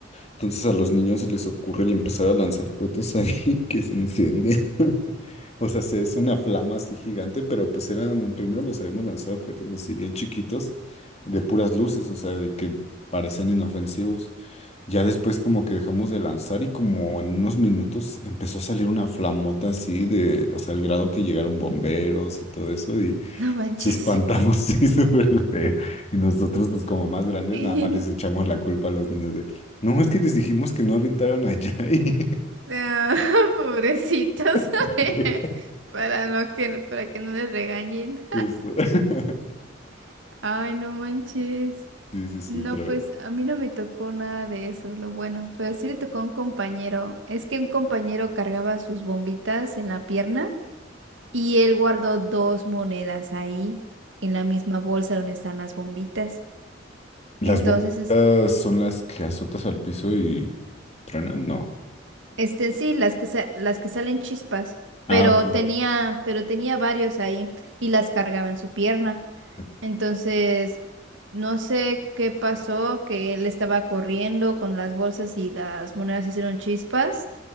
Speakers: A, on the left; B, on the right.
A: Entonces a los niños se les ocurre el empezar a lanzar cohetes ahí <laughs> que se incendian. O sea, se- es una flama así gigante, pero pues eran, primero los habíamos lanzado cohetes así bien chiquitos, de puras luces, o sea, de que parecían inofensivos. Ya después como que dejamos de lanzar y como en unos minutos empezó a salir una flamota así de, o sea, al grado que llegaron bomberos y todo eso y
B: No manches.
A: nos espantamos, <laughs> sí, súper feo. Y nosotros pues como más grandes
B: <laughs>
A: nada más les echamos la culpa a los niños de, no, es que les dijimos que no aventaran allá y...
B: No, <laughs> pobrecitos.
A: <laughs>
B: <laughs> Para no que, para que no les regañen.
A: Justo. <laughs>
B: <laughs> Ay, no manches.
A: Sí, sí, sí,
B: No,
A: tremendo.
B: pues a mí no me tocó nada de eso, lo bueno, pero sí le tocó a un compañero. Es que un compañero cargaba sus bombitas en la pierna. Y él guardó dos monedas ahí, en la misma bolsa donde están las bombitas.
A: ¿Las
B: Entonces,
A: bombitas
B: es-
A: son las que azotas al piso y truenan? No.
B: este, sí, las que, sa- las que salen chispas,
A: Ah,
B: pero
A: ok.
B: tenía, pero tenía varios ahí y las cargaba en su pierna.
A: <laughs>
B: Entonces, no sé qué pasó, que él estaba corriendo con las bolsas y las monedas hicieron chispas